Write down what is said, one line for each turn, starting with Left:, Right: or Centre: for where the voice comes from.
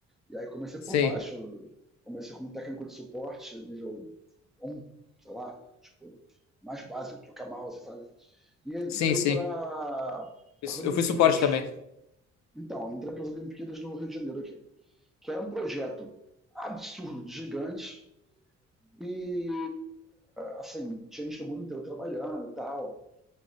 Centre: E aí comecei
Left: Sim,
Centre: por baixo, comecei como técnico de suporte, nível 1, sei lá, tipo, mais básico, trocar mouse, sabe? e entrei
Left: sim, sim.
Centre: para as Olimpíadas.
Left: Eu fui suporte também.
Centre: Então, entrei para as Olimpíadas no Rio de Janeiro aqui, que era um projeto absurdo, gigante, e assim, tinha gente do mundo inteiro trabalhando e tal.